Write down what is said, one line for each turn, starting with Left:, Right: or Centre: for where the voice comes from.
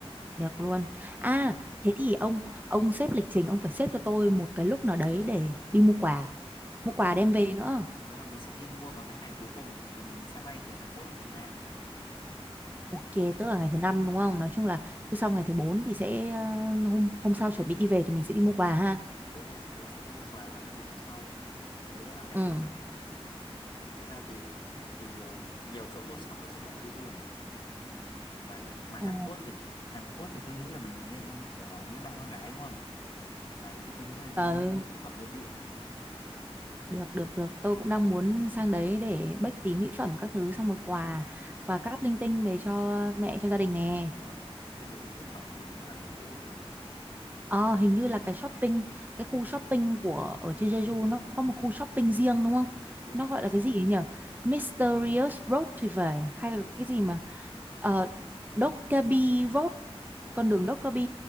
Right: được luôn.
Left: đấy
Right: À, thế thì ông ông xếp lịch trình ông phải xếp cho tôi một cái lúc nào đấy để đi mua quà.
Left: đấy
Right: Mua quà đem về nữa.
Left: đúng rồi mình sẽ đi mua vào các ngày cuối cùng rồi mình sẽ bay từ Hàn Quốc về Việt Nam
Right: Ok,
Left: đó
Right: tức là ngày thứ năm đúng không? Nói chung là cứ sau ngày thứ bốn thì sẽ ờ, hôm hôm sau chuẩn bị đi về thì mình sẽ đi mua quà ha.
Left: đúng rồi thì mình sẽ đi mua quà vào các ngày hôm sau đấy đó là ngày
Right: Ừ.
Left: thứ năm đấy thật ra thì thì à, nhiều chỗ mua sắm ở trên đảo Jeju mà đấy mà
Right: Ờ,
Left: Hàn Quốc thì Hàn Quốc thì tôi nghĩ là mình nên ờ, kiểu là như bạn con gái đúng không đấy thì tôi nghĩ là nên
Right: ờ,
Left: mua mỹ phẩm nội địa
Right: được được được tôi cũng đang
Left: Đấy,
Right: muốn sang đấy để bách tí mỹ phẩm các thứ xong một quà quà cáp linh tinh về cho mẹ cho gia đình nè
Left: đúng rồi bên đấy mỹ phẩm thì đúng là nổi tiếng rồi
Right: Ờ, hình như là cái shopping, cái khu shopping của ở trên Jeju nó có một khu shopping riêng đúng không?
Left: đúng
Right: Nó
Left: rồi
Right: gọi
Left: nó
Right: là cái
Left: sẽ-
Right: gì ấy nhỉ? Mysterious Road thì phải hay
Left: ờ,
Right: là cái gì mà ờ Dokkaebi Road, con đường
Left: ờ,
Right: Dokkaebi